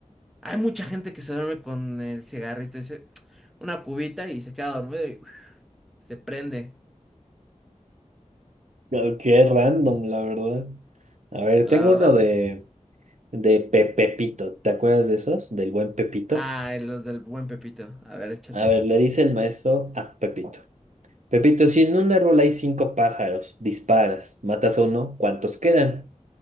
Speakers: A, in the centre; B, on the right (about 70°).
A: Hay mucha gente que se duerme con el cigarrito, dice, una cubita y se queda dormido y uf, se prende.
B: Oh, Qué random, la verdad. A ver,
A: La
B: tengo uno
A: verdad,
B: de,
A: sí.
B: de Pe- Pepito. ¿Te acuerdas de esos? Del buen Pepito.
A: Ah, los del buen Pepito. A ver, échate.
B: A ver, le dice el maestro a Pepito. Pepito, si en un árbol hay cinco pájaros, disparas, matas a uno, ¿cuántos quedan?